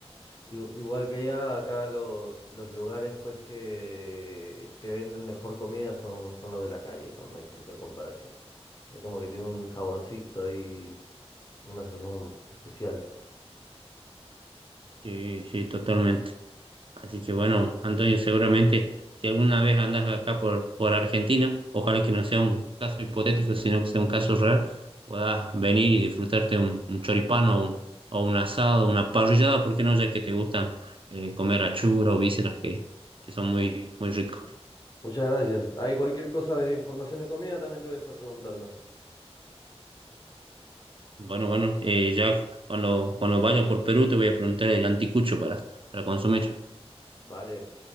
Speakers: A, on the left; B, on the right.
A: i- igual que allá, acá los, los lugares pues que, que venden mejor comida son, son los de la calle, ¿no? No hay punto de comparación. Es como que tiene un saborcito y una sazón especial.
B: Sí, sí, totalmente. Así que bueno, Antonio, seguramente si alguna vez andas acá por, por Argentina, ojalá que no sea un caso hipotético, sino que sea un caso real, puedas venir y disfrutarte un, un choripano o un, o un asado, una parrillada, porque no? Ya que te gustan eh, comer achura o vísceras que, que son muy, muy ricos.
A: Muchas gracias. Hay cualquier cosa de información de comida, también te voy a estar preguntando.
B: Bueno, bueno, eh, ya cuando, cuando vaya por Perú te voy a preguntar el anticucho para, para consumir.
A: Vale.